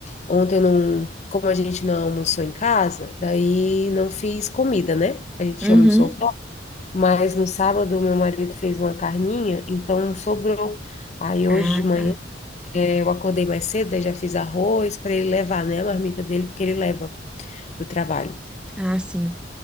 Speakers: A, on the left (about 40°); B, in the centre.
A: ontem eu não, como a gente não almoçou em casa, daí não fiz comida, né? A gente
B: uhum.
A: almoçou fora, mas no sábado meu marido fez uma carninha, então sobrou. Aí
B: Ah,
A: hoje de manhã
B: tá.
A: é, eu acordei mais cedo, daí já fiz arroz para ele levar, né, a marmita dele, porque ele leva pro trabalho.
B: Ah, sim.